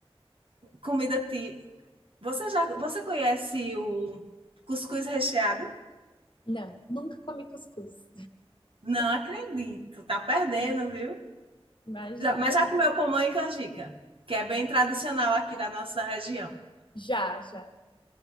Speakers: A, on the right (about 60°); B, on the left (about 50°).
A: comida ti. Você já, você conhece o cuscuz recheado?
B: não, nunca comi cuscuz.
A: Não acredito, tá perdendo,
B: Hum,
A: viu?
B: Imagina.
A: Já- mas já comeu pamonha e canjica, que é bem tradicional aqui da nossa região.
B: Já, já.